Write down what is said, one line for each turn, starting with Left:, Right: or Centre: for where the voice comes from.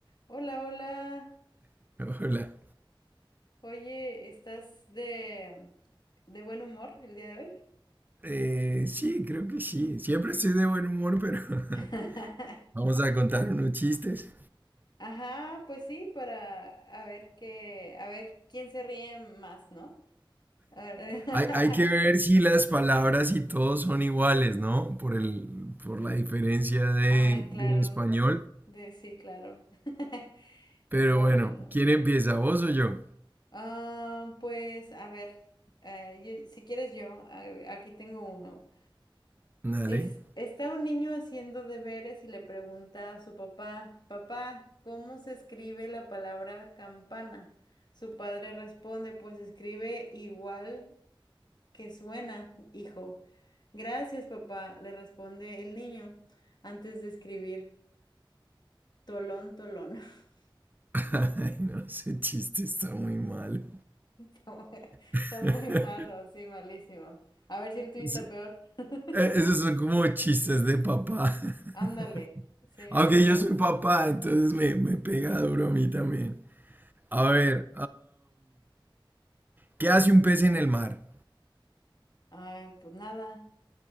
Left: Hola, hola.
Right: Hola.
Left: Oye, ¿estás de, de buen humor el día de hoy?
Right: Eh, sí, creo que sí. Siempre estoy de buen humor, pero <laughs>
Left: <laughs>
Right: vamos a contar unos chistes.
Left: Ajá, pues sí, para a ver qué, a ver quién se ríe más, ¿no? A ver, <laughs>
Right: Hay, hay que ver si las palabras y todo son iguales, ¿no? Por el, por la diferencia de,
Left: Ah, claro,
Right: del español.
Left: de sí, claro. <laughs>
Right: Pero
Left: Bueno,
Right: bueno, ¿quién empieza, vos o yo?
Left: ah, pues a ver, eh, yo- si quieres yo, a- aquí tengo uno.
Right: Dale.
Left: Es, está un niño haciendo deberes y le pregunta a su papá, papá, ¿cómo se escribe la palabra campana? Su padre responde, pues se escribe igual que suena, hijo. Gracias, papá, le responde el niño antes de escribir tolón, tolón. <laughs>
Right: <laughs> Ay, no, ese chiste está muy mal.
Left: Está muy
Right: <laughs>
Left: está muy malo, sí, malísimo. A ver si el tuyo está
Right: Sí,
Left: peor. <laughs>
Right: eh, Esos son como chistes de papá.
Left: Ándale,
Right: <laughs>
Left: sí,
Right: Aunque
Left: sí.
Right: yo soy papá, entonces me, me pega duro a mí también. A ver, ¿Qué hace un pez en el mar?
Left: Ay, pues nada.